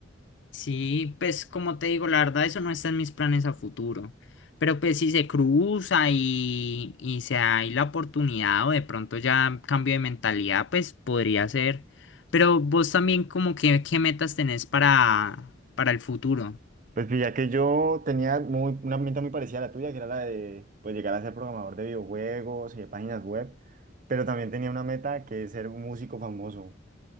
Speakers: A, on the left; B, on the right.
A: Sí, pues como te digo, la verdad eso no está en mis planes a futuro. Pero pues si se cruza y, y se hay la oportunidad o de pronto ya cambio de mentalidad, pues podría ser. Pero vos también como que qué metas tenés para, para el futuro.
B: Pues pues, ya que yo tenía muy, una herramienta muy parecida a la tuya, que era la de pues, llegar a ser programador de videojuegos y de páginas web, pero también tenía una meta que es ser un músico famoso.